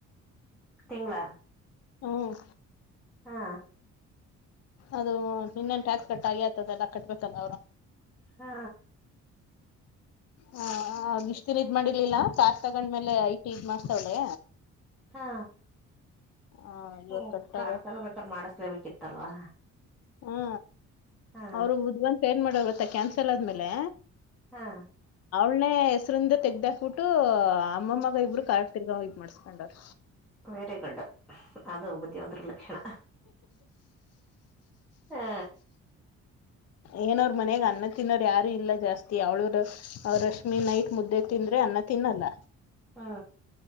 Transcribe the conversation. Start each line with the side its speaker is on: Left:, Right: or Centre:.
Centre: ತಿಂಗಳ
Left: ಹ್ಮ್
Centre: ಹಾ
Left: ಅದು ಇನ್ನನ್ ಟ್ಯಾಕ್ಸ್ ಕಟ್ಟಾಗೆ ಆತದೆಲ್ಲ ಕಟ್ಬೇಕಲ್ಲ ಅವರು
Centre: ಹಾ
Left: ಹ ಇಷ್ಟತನ್ ಇದ್ ಮಾಡಿರ್ಲಿಲ್ಲ ಕಾರ್ ತಗೊಂಡ್ಮೇಲೆ ಐಟಿ ಇದ್ ಮಾಡ್ತಾವಳೆ
Centre: ಹಾ
Left: ಹ ಇವಾಗ
Centre: ಹ್ಮ
Left: ಕಟ್ಟಾಗ
Centre: ಕಾರ್ ತಗೋಬೇಕ್ರ ಮಾಡಸ್ಲೇಬೇಕಿತ್ತಲ್ವಾ
Left: ಹ್ಮ
Centre: ಹಾ
Left: ಅವರು ಬುದ್ಧಿವಂತ ಏನ್ ಮಾಡೋ ಬತ್ತ ಕ್ಯಾನ್ಸಲ್ ಆದ್ಮೇಲೆ
Centre: ಹಾ
Left: ಒ ಹೆಸರಿಂದ ತೆಗ್ದಾಕ್ಬಿಟ್ಟು ಅಮ್ಮಮ್ಮಗ ಇಬ್ಬರು ಕಾಡ್ ತಿರ್ಗಾವ ಇದ ಮಾಡ್ಸ್ಕೊಂಡರು
Centre: ವೆರಿ ಗುಡ್ಡ್ ಅದು ಉ ಒಂದರ ಲಕ್ಷಣ ಹಾ
Left: ಏನೋ ಅವರ ಮನಾಗ ಅನ್ನ ತಿನ್ನೋರು ಯಾರು ಇಲ್ಲ ಜಾಸ್ತಿ ಅವ್ಳವರ ರಶ್ಮಿ ನೈಟ್ ಮುದ್ದೆ ತಿಂದ್ರೆ ಅನ್ನ ತಿನ್ನಲ್ಲ
Centre: ಹ್ಮ